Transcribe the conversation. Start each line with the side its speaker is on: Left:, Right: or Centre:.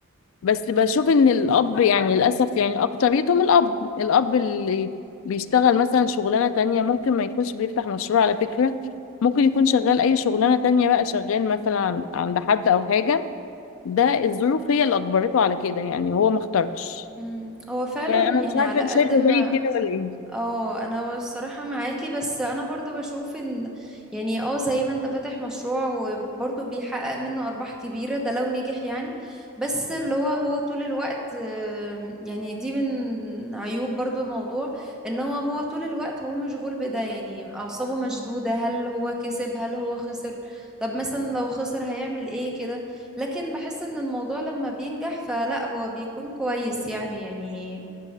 Left: بس بشوف ان الاب يعني للاسف يعني اكتريتهم الاب الاب اللي بيشتغل مثلا شغلانه تانية ممكن ما يكونش بيفتح مشروع على فكره ممكن يكون شغال اي شغلانه تانية بقى شغال مثلا عن- عند حد او حاجه ده الظروف هي اللي اجبرته على كده يعني هو ما اختارش
Centre: مم. هو فعلا
Left: فانا
Centre: يعني
Left: مش عارفه
Centre: على
Left: انت
Centre: قد
Left: شايفه
Centre: ما
Left: زي كده ولا ايه
Centre: اه انا الصراحة معاكي بس انا برضو بشوف ان يعني اه زي ما انت فاتح مشروع وبرضو بيحقق منه ارباح كبيرة ده لو نجح يعني بس اللي هو هو طول الوقت آم، يعني دي من عيوب برضو الموضوع ان هو هو طول الوقت هو مشغول بده يعني اعصابه مشدودة هل هو كسب هل هو خسر طب مثلا لو خسر هيعمل ايه كده لكن بحس ان الموضوع لما بينجح فلا هو بيكون كويس يعني يعني